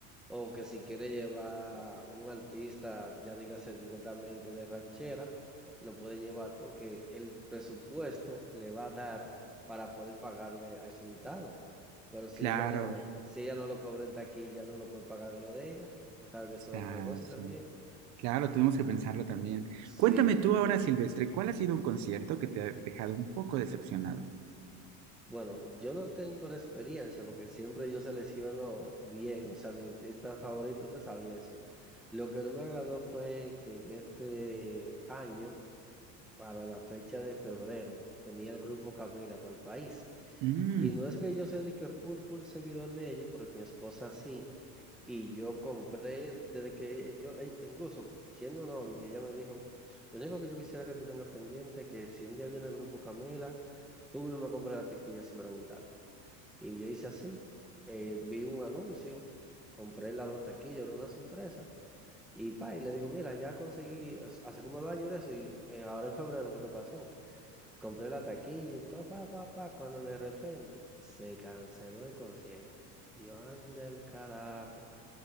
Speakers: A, in the centre; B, on the right (about 45°).
A: o que si quiere llevar un artista, ya dígase directamente de ranchera, lo puede llevar porque el presupuesto le va a dar para poder pagarle a su invitado. Pero si
B: Claro,
A: ella no, si ella no lo cobra en taquilla, no lo puede pagar de lo de ella. Tú sabes que eso
B: ya,
A: es un negocio
B: sí.
A: también.
B: Claro, tenemos que pensarlo también.
A: Sí,
B: Cuéntame tú ahora, Silvestre, ¿cuál ha sido un concierto que te ha dejado un poco decepcionado?
A: Bueno, yo no tengo la experiencia porque siempre yo selecciono bien, o sea, mi artista favorito, te sabía eso. Lo que no me agradó fue que en este año, para la fecha de febrero, tenía el grupo Camila para el país.
B: Mm,
A: Y no es que yo sea de que full, full seguidor de ellos, porque mi esposa sí. Y yo compré, desde que yo, e- incluso siendo novio, ella me dijo, lo único que yo quisiera que tú tengas pendiente es que si un día viene el grupo Camila, tú mismo me compras la tequilla sin preguntarme. Y yo hice así, eh, vi un anuncio, compré las dos taquillas, era una sorpresa, y pa, y le digo, mira, ya conseguí, as- hace como dos años de eso, y eh, ahora en febrero fue que pasó. Compré la taquilla y todo, pa, pa, pa, cuando de repente se canceló el concierto. Y yo, anda el carajo.